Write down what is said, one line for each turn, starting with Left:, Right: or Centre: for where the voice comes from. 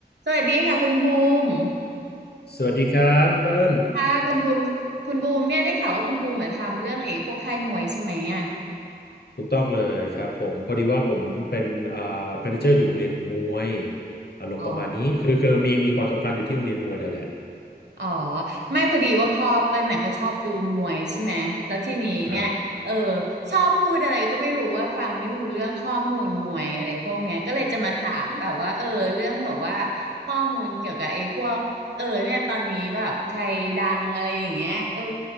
Right: สวัสดีค่ะคุณบูม
Left: สวัสดีครับคุณเปิ้ล
Right: ค่ะคุณบูมคุณบูมเนี่ยได้ข่าวว่าคุณบูมมาทำเรื่องไอ้พวกค่ายมวยใช่ไหมอ่ะ
Left: ถูกต้องเลยครับผมพอดีว่าผมเป็นอ่าแมเนเจอร์อยู่โรงเรียนมวยอารมณ์ประมาณนี้คือคือมีมีความสัมพันธ์อยู่ที่โรงเรียนมวยนั่นแหละ
Right: อ๋ออ๋อไม่พอดีว่าพ่อเปิ้ลเนี่ยเขาชอบดูมวยใช่ไหมแล้วทีนี้เนี่ยเออ
Left: ครับ
Right: ชอบพูดอะไรก็ไม่รู้ว่าฟังไม่รู้เรื่องข้อมูลมวยอะไรพวกเนี้ยก็เลยจะมาถามแบบว่าเออเรื่องแบบว่าข้อมูลเกี่ยวกับไอ้พวกเออเนี่ยตอนนี้แบบใครดังอะไรอย่างเงี้ยเออ